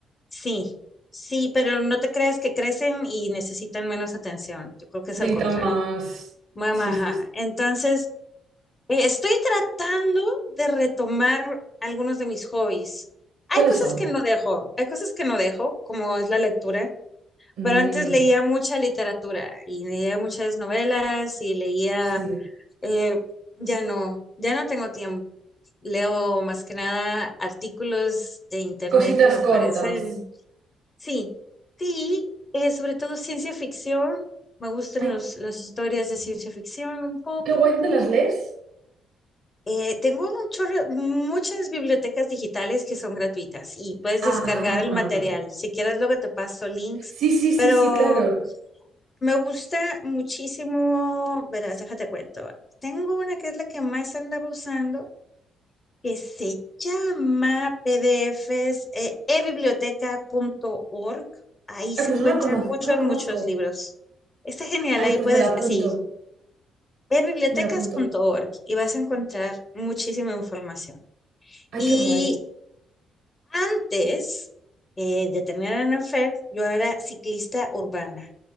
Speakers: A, on the left; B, on the right.
A: Sí, sí, pero no te creas que crecen y necesitan menos atención. Yo creo que es
B: Necesitan
A: al contrario.
B: más.
A: Mamá,
B: Sí,
A: ajá.
B: sí, sí.
A: Entonces, eh, estoy tratando de retomar algunos de mis hobbies. Hay
B: ¿Cuáles
A: cosas
B: son?
A: que no dejo, hay cosas que no dejo, como es la lectura.
B: Mm,
A: Pero antes leía mucha literatura y leía muchas novelas y leía,
B: sí.
A: eh, ya no, ya no tengo tiempo. Leo más que nada artículos de internet
B: Cositas
A: que me
B: cortas.
A: parecen, sí, sí, eh, sobre todo ciencia ficción. Me gustan
B: Ay,
A: los, las historias de ciencia ficción un poco.
B: qué guay, ¿dónde las lees?
A: Eh, tengo un chorro- muchas bibliotecas digitales que son gratuitas y puedes
B: Ah,
A: descargar el material. Si quieres, luego te paso links.
B: sí, sí, sí,
A: Pero
B: sí, claro.
A: Me gusta muchísimo, verás, déjate cuento. Tengo una que es la que más andaba usando, que se llama PDFs, eh, ebiblioteca punto org, Ahí
B: Ay,
A: se
B: pues
A: encuentran
B: no la conozco,
A: muchos,
B: no la conozco.
A: muchos libros. Está genial,
B: Ay,
A: ahí
B: pues
A: puedes,
B: me la apunto,
A: así, ebibliotecas
B: me la apunto.
A: punto org y vas a encontrar muchísima información.
B: Ay,
A: Y
B: qué guay.
A: antes eh, de tener a Anafer, yo era ciclista urbana.